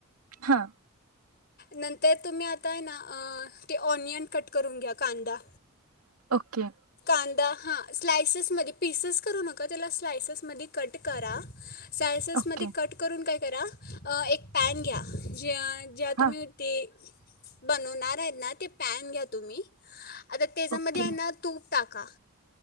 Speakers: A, on the right (about 80°); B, on the left (about 45°).
A: हा,
B: नंतर तुम्ही आता आहे ना ते ऑनियन कट करून घ्या कांदा.
A: ओके.
B: कांदा हा स्लाइसेस मधी, पीसेस करू नका. त्याला स्लाइसेस मध्ये कट करा. सायसेस
A: ओके
B: मध्ये कट करून काही करा. अ एक पॅन घ्या. जे ज्या
A: हा
B: तुम्ही ते बनवणार आहेत ना ते पॅन घ्या तुम्ही. आता त्याच्यामध्ये
A: ओके
B: आहे ना तूप टाका.